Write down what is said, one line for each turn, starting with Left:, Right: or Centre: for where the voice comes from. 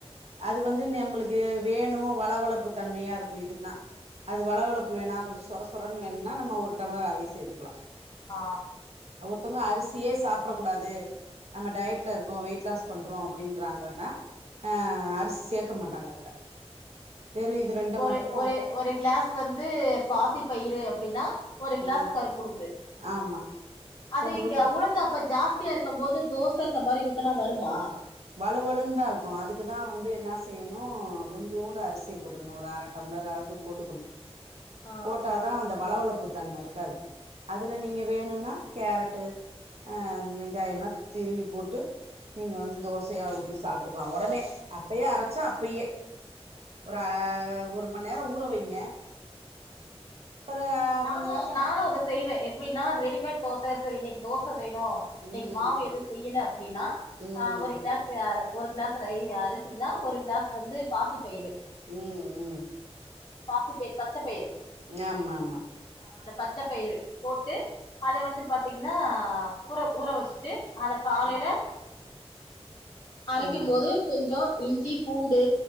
Right: அது வந்து நம்மளுக்கு வேணு வழவழப்பு தன்மையா இருக்கு இதுன்னா அது வழவழப்பு வேணா கொஞ்ச சொரசொரன்னு வேணுன்னா நம்ம ஒரு டம்ளர் அதையு சேத்துக்கலா.
Left: ஆ
Right: த்தவுங்க அரிசியே சாப்படக்கூடாது நம்ம டய்ட்ல இருக்கோ வெயிட் லாஸ் பண்றோ அப்டின்றாங்க வேண்ணா ஆ அரிசி சேக் க மாட்டாங்க அதுல. வெறு இது ரெண்ட
Left: ஒரு
Right: மட்டு
Left: ஒரு ஒரு கிளாஸ் வந்து பாசி பயிறு அப்டின்னா ஒரு கிளாஸ்
Right: ஆ
Left: கருப்பு உளுந்து
Right: ஆமா
Left: அது
Right: கொஞ்சோண்டு
Left: கா உளுந்து அப்ப ஜாஸ்தியா இருக்கும் போது தோச இந்த மாரி ஊத்துனா வருமா?
Right: வழுவழுன்னுதா இருக்கு அதுக்குதா வந்து என்னா செய்யணு கொஞ்சோண்டு அரிசிய போட்டுக்கணு ஒரு அர டம்ளராவது போட்டுக்கணு.
Left: ஆ
Right: போட்டாதா அந்த வழவழப் புத்தன்ம இருக்காது. அதுல நீங்க வேணுன்னா கேரட்டு ஆ வெங்காயம்லா திருவி போட்டு நீங்க வந்து தோச ஊத்தி சாப்ட்டுக்கலா ஒடனே அப்பயே அரைச்சி அப்பயே ஒரு அ ஒரு மணி நேரோ ஊற வைங்க. ஒரு
Left: நானு
Right: கொஞ்ச நேரத்துல
Left: நானு அத செய்வே எப் டினா ரெடிமேட் தோச சரி இன்னக்கி தோச வேணு
Right: ம்
Left: இன்னக்கி மாவு எது செய்யல அப்படின்னா
Right: ம்
Left: ஆ ஒரு கிளாஸ் <unintelligible> ஒரு கிளாஸ் ரை அரிசினா ஒரு கிளாஸ் வந்து பாசிப் பயிறு
Right: ம் ம்
Left: பாசிப் பயிர் பச்சப் பயிறு
Right: ஆமா ஆமா
Left: ஆ அந்த பச்ச பயிறு போட்டு அத வந்து பாத்தீங்னா ஊற ஊற வச்சுட்டு அத காலைல
Right: ம்
Left: அரைக்கும்
Right: ஆ
Left: போது கொஞ்சோ இஞ்சி பூண்டு